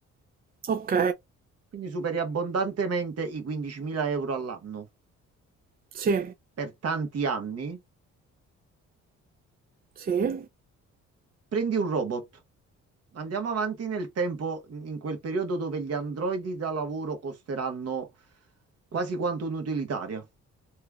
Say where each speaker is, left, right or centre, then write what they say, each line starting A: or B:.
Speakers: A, on the right; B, on the right.
A: ok,
B: quindi superi abbondantemente i 15.000 euro all'anno
A: sì,
B: per tanti anni.
A: sì,
B: Prendi un robot. andiamo avanti nel tempo, in quel periodo dove gli androidi da lavoro costeranno quasi quanto un'utilitaria,